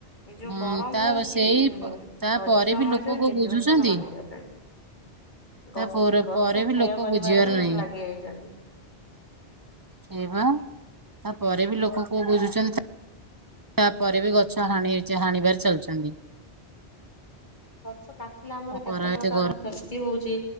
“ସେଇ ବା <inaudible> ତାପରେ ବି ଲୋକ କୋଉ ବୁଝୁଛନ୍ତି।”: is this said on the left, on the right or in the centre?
Right